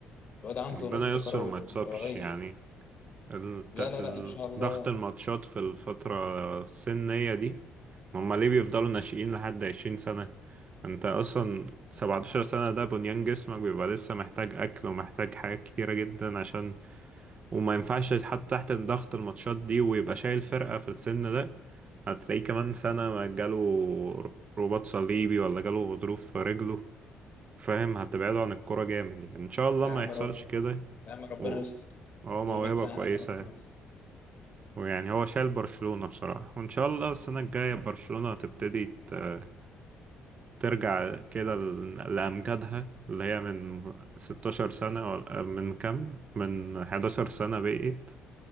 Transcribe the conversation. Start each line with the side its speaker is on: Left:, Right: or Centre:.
Left: الواد عنده
Right: ربنا
Left: نضج
Right: يستر
Left: كروي
Right: وما يتصابش
Left: رهيب
Right: يعني الت-
Left: لا لا لا
Right: ال-
Left: ان شاء الله
Right: ضغط الماتشات في الفترة السنية دي ما هم ليه بيفضلوا ناشئين لحد 20 سنة انت اصلا 17 سنة ده بنيان جسمك بيبقى لسه محتاج اكل ومحتاج حاجات كتيرة جدا عشان وما ينفعش يتحط تحت ضغط الماتشات دي ويبقى شايل فرقة في السن ده هتلاقيه كمان سنة ما جاله رباط صليبي ولا جاله غضروف في رجله فاهم هتبعده عن الكرة جامد يعني ان شاء الله
Left: لا
Right: ما
Left: يا عم
Right: يحصلش
Left: رو...
Right: كده
Left: لا يا عم ربنا
Right: و-
Left: يستر
Right: هو
Left: ويمتعنا
Right: موهبة كويسة
Left: كمان بما-
Right: ويعني هو شايل برشلونة بصراحة وإن شاء الله السنة الجاية برشلونة تبتدي ت- ترجع كده ل- لأمجادها اللي هي من 16 سنة ولا- من كام؟ من 11 سنة بقيت